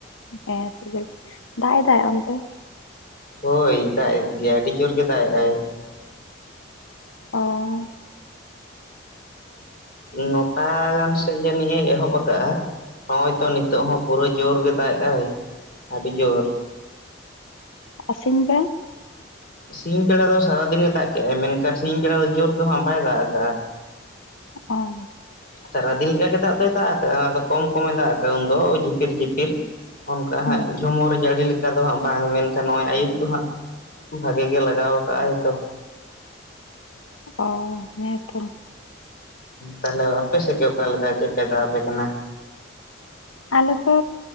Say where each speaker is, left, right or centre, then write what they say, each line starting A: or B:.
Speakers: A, on the left (about 85°); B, on the left (about 45°).
A: ᱦᱮᱸ ᱥᱮᱵᱮᱞ ᱜᱮ ᱫᱟᱜ ᱮᱫᱟᱭ ᱚᱱᱛᱮ
B: ᱦᱳᱭ ᱫᱟᱜ ᱮᱫ ᱜᱮᱭᱟᱭ ᱟᱹᱰᱤ ᱡᱳᱨ ᱜᱮ ᱫᱟᱜ ᱮᱫᱟᱭ
A: ᱚᱸ
B: ᱱᱚᱴᱟ ᱜᱟᱱ ᱥᱮᱫ ᱡᱟᱹᱱᱤᱡ ᱮᱦᱚᱵ ᱟᱠᱟᱫᱟᱼᱟ ᱱᱚᱜ-ᱚᱭ ᱛᱚ ᱱᱤᱛᱚᱜ ᱦᱚᱸ ᱯᱩᱨᱟᱹᱭ ᱡᱳᱨ ᱜᱮ ᱫᱟᱜ ᱫᱟᱭ ᱟᱹᱰᱤ ᱡᱳᱨ
A: ᱟᱥᱤᱢ ᱠᱟ
B: ᱥᱤᱧ ᱵᱮᱲᱟ ᱫᱚ ᱥᱟᱨᱟᱫᱤᱱ ᱜᱮ ᱫᱟᱜ ᱠᱮᱜᱟᱭ ᱢᱮᱱᱠᱷᱟᱱ ᱥᱤᱧ ᱵᱮᱲᱟ ᱫᱚ ᱡᱳᱨ ᱛᱮᱦᱚᱸ ᱵᱟᱭ ᱫᱟᱜ ᱟᱠᱟᱜᱼᱟ᱾
A: ᱚᱸ
B: ᱥᱟᱨᱟᱫᱤᱱ ᱞᱮᱠᱟᱜᱮ ᱫᱟᱜ ᱫᱚᱭ ᱫᱟᱜ ᱟᱠᱟᱫᱼᱟ ᱟᱫᱚ ᱠᱚᱢ ᱠᱚᱢᱮ ᱫᱟᱜ ᱟᱠᱟᱫᱼᱟ ᱩᱱᱫᱚᱭ ᱡᱷᱤᱯᱤᱨ- ᱡᱷᱤᱯᱤᱨ ᱚᱱᱠᱟ
A: ᱦᱩᱸ
B: ᱦᱟᱸᱜ ᱡᱷᱚᱢᱚᱨ ᱡᱟᱹᱲᱤ ᱞᱮᱠᱟ ᱫᱚ ᱦᱟᱸᱜ ᱵᱟᱝ ᱢᱮᱱᱠᱷᱟᱱ ᱱᱚᱜᱼᱚᱭ ᱟᱭᱭᱩᱵ ᱫᱚ ᱦᱟᱸᱜ ᱵᱷᱟᱹᱜᱤ ᱜᱮ ᱞᱟᱜᱟᱣ ᱟᱠᱟ-ᱟᱭ ᱛᱚ
A: ᱚᱸ ᱦᱮᱸ ᱛᱚ
B: ᱛᱟᱦᱚᱞᱮ ᱚᱯᱮ ᱥᱮ ᱚᱠᱟ ᱞᱮᱠᱟ ᱪᱮᱫ ᱠᱟᱭ ᱫᱟᱜ ᱯᱮ ᱠᱟᱱᱟ?
A: ᱟᱞᱮ ᱛᱚ